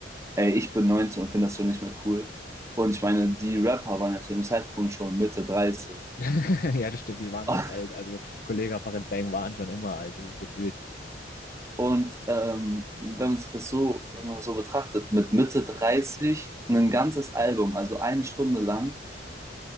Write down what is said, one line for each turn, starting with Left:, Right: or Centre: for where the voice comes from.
Right: ey, ich bin 19 und finde das schon nicht mehr cool. Und ich meine, die Rapper waren ja zu dem Zeitpunkt schon Mitte 30.
Left: <laughs> Ja, das stimmt, die waren
Right: <laughs>
Left: schon alt. Also Kollega Farid Bang waren schon immer alt, irgendwie gefühlt.
Right: Und ähm, wenn man sich das so, wenn man das so betrachtet, mit Mitte 30 ein ganzes Album, also eine Stunde lang,